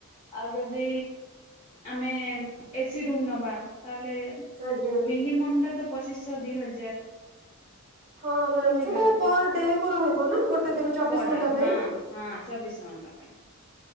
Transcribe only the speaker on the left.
ଆଉ ଯଦି ଆମେ ଏସି ରୁମ ନବା ତାଲେ
ମିନିମମଟା ତ ପଚିଶଶହ ଦିଇ ହଜାର।
ବୁଝିପାରିଲ
ନା।
ପଡନ
ହଁ ହଁ ଚବିଶ ଘଣ୍ଟା ପାଇଁ।